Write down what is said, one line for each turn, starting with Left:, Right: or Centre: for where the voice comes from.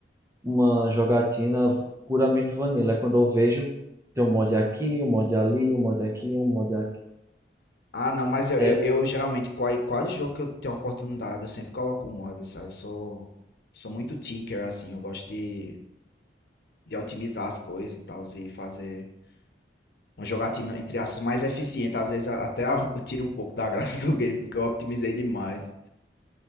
Right: uma jogatina puramente Vanilla. É Quando eu vejo, tem um mod aqui, um mod ali, um mod aqui, um mod aqui.
Left: Ah, não, mas eu,
Right: É,
Left: eu, eu geralmente, qual- quase jogo que eu tenho oportunidade, eu sempre coloco o mod, sabe? Eu sou, sou muito tinker, assim, eu gosto de, de otimizar as coisas e tal, e fazer uma jogatina, entre aspas, mais eficiente. Às vezes a- até a- eu tiro um pouco da <laughs> graça do game, porque eu otimizei demais.